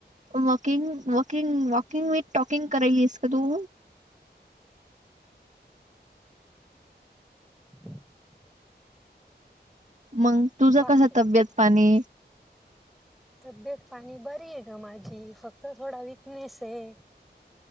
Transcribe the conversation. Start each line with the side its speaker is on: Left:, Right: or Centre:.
Right: walking walking walking with talking करायलीस काय तू?
Centre: <inaudible>
Right: मग तुझं
Centre: बाकी
Right: कस तब्येत पाणी?
Centre: तब्येत पाणी बरी आहे ग माझी फक्त थोडा विकनेस आहे.